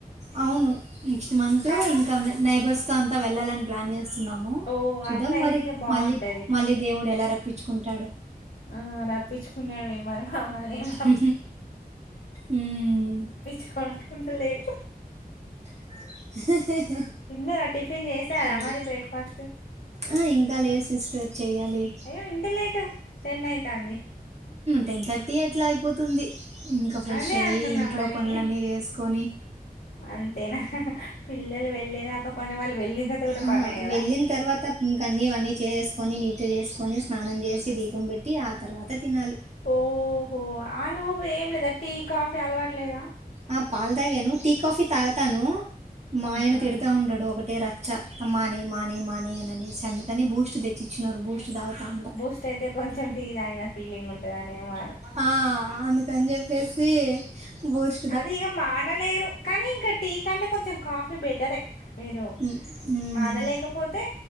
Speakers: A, on the right; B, on the left.
A: అవును నెక్స్ట్ మంత్
B: కదా
A: ఇంకా ఉన్నాయి నై బర్స్తో అంతా వెళ్ళాలని ప్లాన్ చేస్ స్తున్నాము
B: ఓ
A: చూద్దాం
B: అట్లా అయితే
A: మరి,
B: ఇక బాగుంటది
A: మళ్ళీ మళ్ళీ దేవుడు ఎలా రప్పించుకుంటాడో
B: ఆ రప్పించుకున్నాడు మిమ్మల్ని మమ్మల్ని ఏం
A: హ ఉమ్
B: పిచ్చుకో కుంటలేడు
A: <unintelligible>
B: తిన్నరా? టిఫిన్ చేసారా
A: అది.
B: మరి బ్రేక్ఫాస్ట్?
A: ఆ, ఇంకా లేదు సిస్టర్. చెయ్యాలి.
B: అయ్యో ఇంత లేటు? టెన్ అయితాంది.
A: టెన్ థర్టీ అట్లా, అయిపోతుంది. ఇంక ఫ్రెష్
B: అదే
A: అయ్యి,
B: అంటున్నా
A: ఇంట్లో
B: మరి
A: పండ్లన్నీ చేసు ది
B: అంతేనా? పిల్లలు వెళ్ళేదాకా పనే, వాళ్ళు వెళ్ళిన తర్వాత కూడా
A: ఆ
B: పనే కదా.
A: వెళ్ళిన తర్వాత ఇంక అన్నీ ఇవన్నీ చేసుకొని నీట్ చేసుకొని స్నానం చేసి దీపం పెట్టి ఆ తర్వాత తినాలి
B: ఓహో ఆ లోపు ఏం లేదు. టీ, కాఫీ అలవాటు లేదా?
A: ఆ పాల్ తాగాను. కాఫీ తాగుతాను, మా
B: ఆహా
A: ఆయన తిడతా ఉంటడు, ఒకటే రాత్ చ మానేయ్, మానేయ్, మానేయ్ అని అనేసి, అందుకని బూస్ట్ తెచ్చి ఇచ్చినారు బూస్. టు తాగుతా ఉంటా.
B: బూస్ట్ అయితే కొంచెం టీ తాగిన ఫీలింగ్ ఉంటదనేమో
A: ఆ అందుకన్ చెప్పేసి బూస్
B: అది ఇగ మానలేరు, కనీ ఇంక టీ కంటే కొంచెం కాఫ్ బెటరే మీరు,
A: ఉమ్, ఉమ్.
B: మానలేకపోతే?